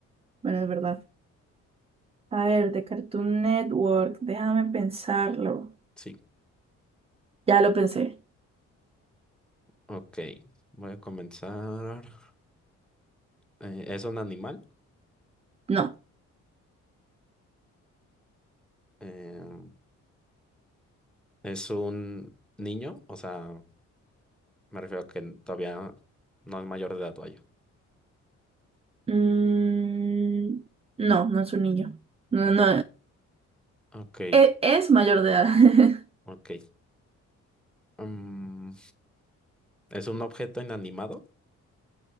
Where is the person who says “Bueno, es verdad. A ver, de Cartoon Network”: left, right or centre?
Right